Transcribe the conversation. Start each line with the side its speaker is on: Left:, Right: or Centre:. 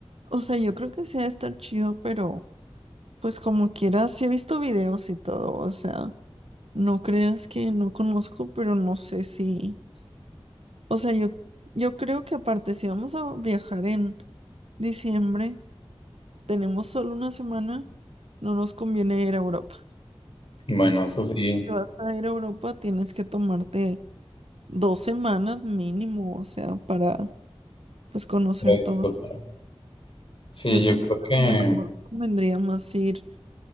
Right: O sea, yo creo que sí ha de estar chido, pero Pues como quieras, sí he visto videos y todo, o sea, no creas que no conozco, pero no sé si, o sea, yo, yo creo que aparte, si vamos a viajar en diciembre, tenemos solo una semana, no nos conviene ir a Europa.
Left: Bueno, eso sí,
Right: Si vas a ir a Europa, tienes que tomarte dos semanas mínimo, o sea, para, pues, conocer
Left: lo disfruto.
Right: todo.
Left: Sí,
Right: Yo siento
Left: yo creo
Right: que
Left: que,
Right: a lo mejor convendría más ir,